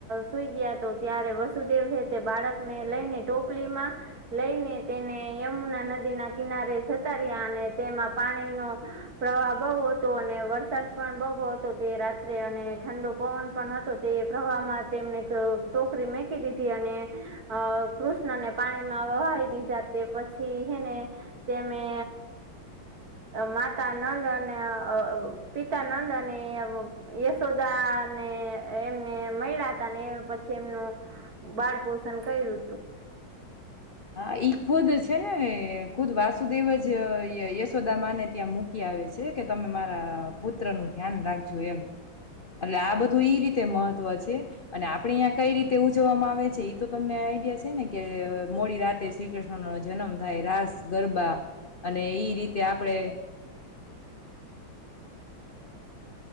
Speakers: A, on the right; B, on the left.
A: સુઈ ગયા તો ત્યારે વસુદેવ તે બાળકને લઈને ટોપલીમાં લઈને તેને યમુના નદીના કિનારે જતા રહ્યા અને તેમાં પાણીનો પ્રવાહ બહુ હતો, અને વરસાદ પણ બહુ હતો તે રાત્રે અને ઠંડો પવન પણ હતો તે પ્રવાહમાં તેમને ટોકરી મેકી દીધી અને કૃષ્ણને પાણીમાં વહી દીધા, તે પછી એને તેમે માતા નંદ પિતા નંદ અને યશોદા ને એમને મળ્યા હતા, પછી એમનું બાળ પોષણ કર્યું હતું.
B: હા ઈ ખુદ છે, છે ને ખુદ વાસુદેવ જ યશોદા માને ત્યાં મૂકી આવે છે, કે તમે મારા પુત્ર નું ધ્યાન રાખજો એમ એટલે આ બધું ઈ રીતે મહત્વ છે અને આપણેે અહં કઈ રીતે ઉજવવામાં આવે છે, એ તો તમને આઈડિયા છે ને કે મોડી રાતે શ્રી કૃષ્ણનો જન્મ થાય રાસ ગરબા અને એઈ રીતે આપડે,
A: <unintelligible>